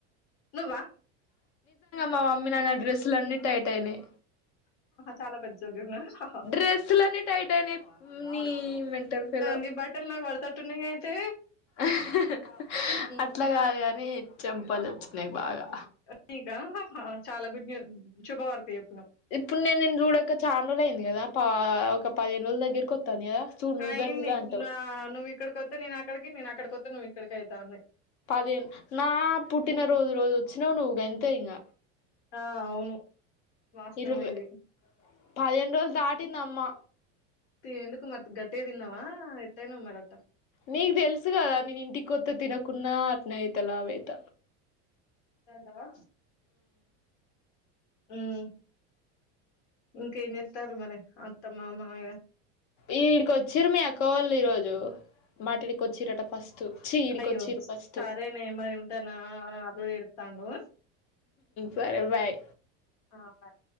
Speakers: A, on the left; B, on the left.
A: నువ్వా
B: మా మమ్మీ నాన్న డ్రెస్సులన్నీ టైట్ అయినాయి
A: చాలా పెద్ద జోక్ చెప్పా హా హా
B: డ్రెస్సులన్నీ టైట్ అయినాయి నీ మెంటల్ ఫెలో
A: నీ బట్టలు నాకు పడతట్టున్నాగా అయితే
B: హ్ హు
A: హ్మ్.
B: అట్లా కాదు కాని చెంపలు కున్నయ్ బాగా
A: <unintelligible> ఇగ ఆహా చాలా గుడ్ న్యూ శుభవార్త చెప్నావ్
B: ఇప్పుడు నేన్ నిన్ చూడక చాన్ రోజులు అయింది కదా పా ఒక పదిహేను రోజుల దగ్గరికొత్తాంది కదా చూడు నువ్వే
A: ఆ ఏంది
B: నువ్వే అంటావు
A: నా నువ్విక్కడికొత్తే నేనక్కడికి నేనక్కడికొత్తే నువ్ ఇక్కడకైతా ఉంది
B: పదిహేను నా పుట్టిన రోజు రోజొచ్చినావు నువ్ గం తే ఇంగ
A: ఆ అవును వాస్తవమే
B: ఇరువె
A: ఇది
B: పదిహేను రోజులు దాటిందమ్మా
A: తే ఎందుకు మరి గట్టిదిన్నవ ఎత్తాయినవ మరట్ట
B: నీకు తెలుసు కదా నేను ఇంటి కొత్త తినకున్నా అట్నే అయిత లావయిత
A: ఎంటవా అ ఉమ్ ఇంకెత్తారు మరి అత్తమ్మ మాయ
B: ఈడికి వచ్చిరు మీయక్కవోళు ఈ రోజు మాట్లాడి కి వచ్చిరట ఫస్ట్ చీ ఈడికి
A: అయ్యో
B: వచ్చిరు ఫస్ట్
A: సరేలే మరి ఉంటాను అల్లుడు ఎడత్తాండు
B: సరే బాయ్
A: ఆ బాయ్